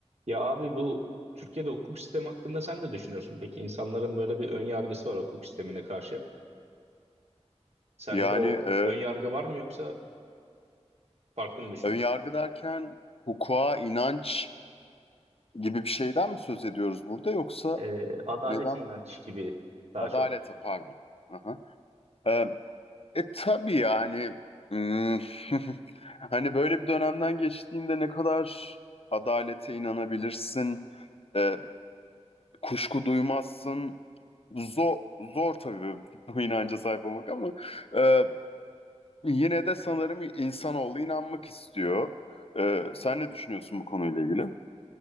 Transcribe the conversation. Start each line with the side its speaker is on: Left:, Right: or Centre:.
Right: Ya abi bu Türkiye'de hukuk sistemi hakkında sen ne düşünüyorsun? Peki insanların böyle bir ön yargısı var hukuk sistemine karşı. Sende
Left: Yani
Right: de o
Left: e,
Right: ön yargı var mı yoksa farklı mı düşünüyorsun?
Left: ön yargı derken hukuka, inanç gibi bir şeyden mi söz ediyoruz burada yoksa
Right: Ee, adalete
Left: neden?
Right: inanç gibi daha
Left: Adalete
Right: çok.
Left: pardon. Aha. E, e tabii yani hmm, <laughs> hani böyle bir dönemden geçtiğinde ne kadar adalete inanabilirsin, e, kuşku duymazsın. Zor, zor tabii bu inanca sahip olmak ama e, yine de sanırım insanoğlu inanmak istiyor. E, sen ne düşünüyorsun bu konuyla ilgili?